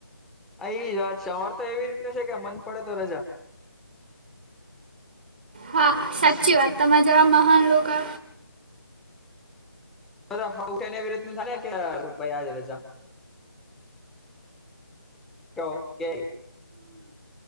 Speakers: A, in the centre; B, on the right.
A: હ એ જ વાત છે અર તો એવી રીતતે છે કે મન પડે તો રજા.
B: હા હા સાચી વાત તમારા જેવા મહાન લોકો
A: રજા. તો ઓકે